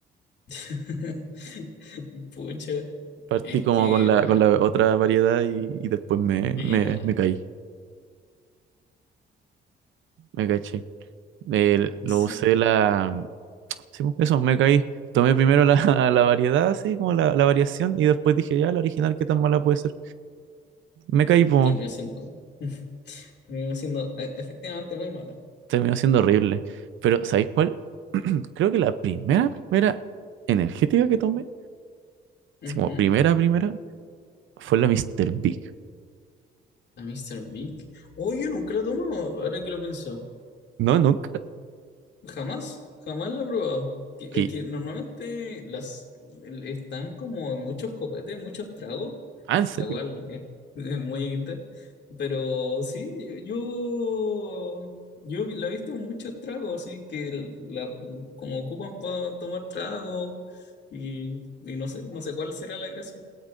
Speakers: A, on the left (about 60°); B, on the right (about 75°).
A: <laughs> Pucha,
B: Partí
A: es
B: como
A: que,
B: con la,
A: bueno,
B: con la otra variedad y, y después me,
A: y
B: me,
A: no,
B: me caí, me caché. Eh, lo
A: sí,
B: usé la... mm, Sí, po, eso, me caí. Tomé primero la, <laughs> la variedad, así como la, la variación, y después dije, ya, la original, ¿qué tan mala puede ser? Me caí, po,
A: terminó siendo, <laughs> terminó siendo eh, efectivamente muy mala.
B: terminó siendo horrible. Pero, ¿sabéis cuál? <clears throat> Creo que la primera, primera energética que tomé,
A: Ujú.
B: así como primera, primera, fue la Mr. Big.
A: A Mr. Big. Oh, yo nunca lo he ahora que lo pienso.
B: No, nunca.
A: Jamás, jamás la he probado. Que-
B: Que,
A: Es que normalmente las el- están como en muchos copetes, muchos tragos,
B: ah, en serio.
A: la cual eh, <laughs> es muy equita. Pero sí, yo, yo, yo vi- la he visto en muchos tragos, así que el- la, como ocupan para tomar tragos y, y no sé, no sé cuál será la gracia.